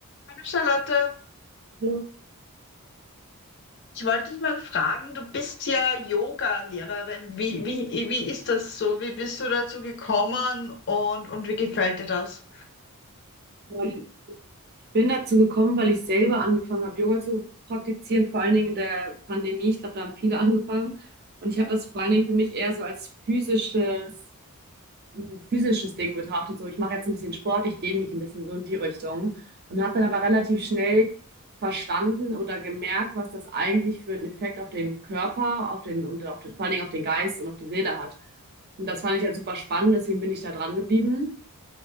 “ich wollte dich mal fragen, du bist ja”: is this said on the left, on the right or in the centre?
Left